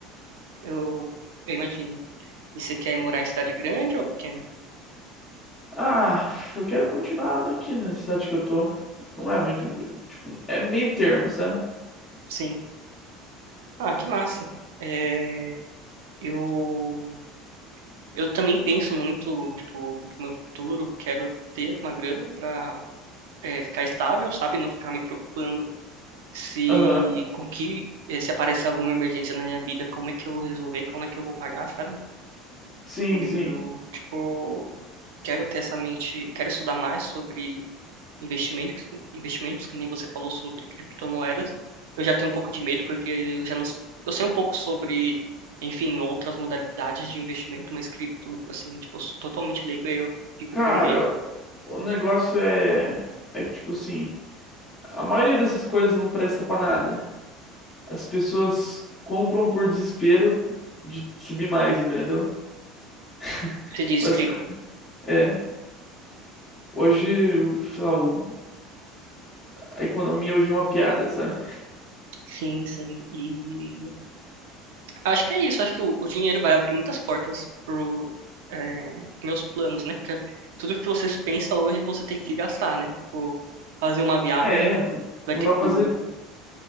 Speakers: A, on the right (about 80°); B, on the left (about 20°).
A: eu, eu imagino. E você quer morar em cidade grande ou pequena?
B: Ah, eu quero continuar aqui na cidade que eu tô. Não é muito, tipo, é meio termo, sabe?
A: Sim. Ah, que massa. É, eu, eu também penso muito, tipo, no meu futuro, quero ter uma grana pra, é, ficar estável, sabe? Não ficar me preocupando se,
B: Aham.
A: com que, eh, se aparecer alguma emergência na minha vida, como é que eu vou resolver, como é que eu vou pagar, sabe?
B: Sim,
A: Eu,
B: sim.
A: tipo, quero ter essa mente, quero estudar mais sobre investimentos, investimentos, que nem você falou sobre criptomoedas. Eu já tenho um pouco de medo porque eu já não, s- eu sei um pouco sobre, enfim, outras modalidades de investimento, mas cripto, assim, tipo, eu sou totalmente leigo, aí eu fico
B: Cara,
A: com medo.
B: o o negócio é é que tipo assim, a maioria dessas coisas não presta pra nada. As pessoas compram por desespero de subir mais, entendeu? <laughs>
A: Você diz
B: Mas
A: cripto?
B: é, hoje, o- sei lá, o- a economia hoje é uma piada, sabe?
A: Sim, sim. E Acho que é isso, acho que o, o dinheiro vai abrir muitas portas pro, é, pros meus planos, né? Porque tudo que você pensa hoje você tem que gastar, né? Tipo, fazer uma viagem
B: É, é, não,
A: vai
B: não
A: ter
B: dá
A: custo,
B: pra fazer.